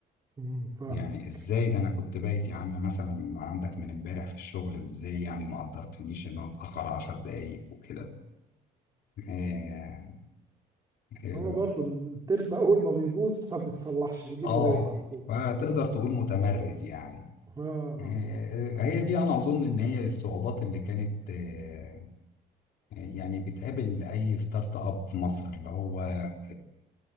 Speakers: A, on the right; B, on the left.
A: امم فاهمك
B: يعني ازاي ده انا كنت بايت يا عم مثلا عندك من امبارح في الشغل ازاي يعني ما قدرتنيش ان انا اتأخر عشر دقايق وكده اه آه،
A: هو برضو الترس اول ما بيبوظ ما بيتصلحش بيجيبوا
B: آه.
A: غيره على طول
B: فتقدر تقول متمرد يعني
A: اه آه.
B: آه، هي دي انا اظن ان هي الصعوبات اللي كانت آه، يعني بتقابل اي ستارت اب في مصر اللي هو آه،